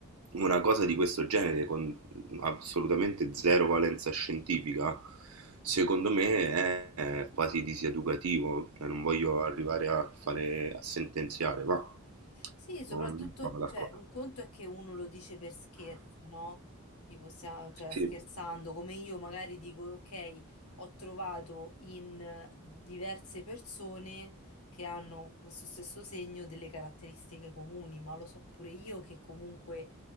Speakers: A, on the right; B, on the left.
A: una cosa di questo genere con mm, assolutamente zero valenza scientifica, secondo me è quasi diseducativo, cioè non voglio arrivare a fare a sentenziare, ma
B: Sì, soprattutto,
A: non sono d'accordo.
B: cioè, un conto è che uno lo dice per scherzo, no? Tipo, stia- cioè,
A: Sì.
B: scherzando, come io magari dico, ok, ho trovato in eh, diverse persone che hanno questo stesso segno delle caratteristiche comuni, ma lo so pure io che comunque